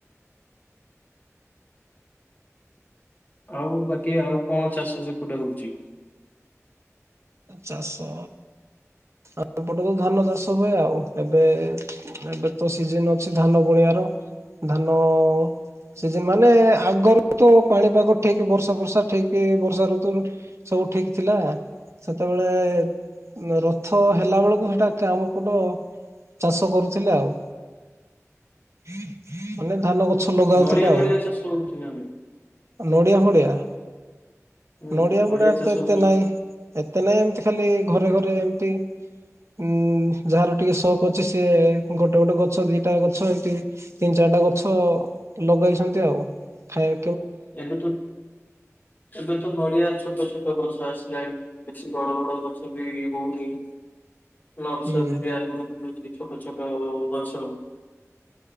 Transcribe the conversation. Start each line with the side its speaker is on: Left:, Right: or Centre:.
Left: ଆଉ ବାକି ଆଉ କଣ ଚାଷ ସେପଟେ ହଉଛି?
Right: ଚାଷ ଆ ଏପଟେ ତ ଧାନ ଚାଷ ହୁଏ ଆଉ ଏବେ ଏବେ ତ ସିଜନି ଅଛି ଧାନ ବୁଣିବାର ଧାନ ଅ ସେ ମାନେ ଆଗରୁ ତ ପାଣିପାଗ ଠିକ ବର୍ଷା ବର୍ଷା ଠିକ ବର୍ଷା ଋତୁ ସବୁ ସବୁ ଠିକ ଥିଲା ସେତେବେଳେ ରଥ ହେଲା ବେଳକୁ ସେଟା କାମପଟ ଚାଷ କରୁଥିଲେ ଆଉ ମାନେ ଧାନ ଗ ଗଛ ଲଗାଉଥିଲେ
Left: ନଡିଆ
Right: ଆଉ
Left: ଫଡିଆ ଚାଷ ହଉଛି ନା ନାଇଁ
Right: ନଡିଆ ଫଡିଆ
Left: ହୁଁ
Right: ନଡିଆ ପଡିଆରେ
Left: ଚାଷ
Right: ତ ଏତେ
Left: ହଉଛି
Right: ନାଇଁ ଏତେ ନାଇଁ ଏମତି ଖାଲି ଘରେ ଘରେ ଏମତି ଉଁ ଯାହାର ଟିକେ ସକ୍ ଅଛି ସିଏ ଗୋଟେ ଗୋଟେ ଗଛ ଦିଟା ଗଛ ଏମତି ତିନି ଚାରି ସେଟା ଗଛ ଲଗେଇଛନ୍ତି ଆଉ ଖାଇ
Left: ଏବେ ଠୁ ତୋ ତ ଏ ତ ନଡ଼ିିଆଛଟ ଛୋଟ ଗଛ ଆସିଲାଣି ବେଶୀ ବଡ ବଡ ଗଛ ବି ଇଏ ହଉନି ଛ
Right: ହୁଁ।
Left: <unintelligible> ଛୋଟ ଛୋଟ ଓ ମାଛ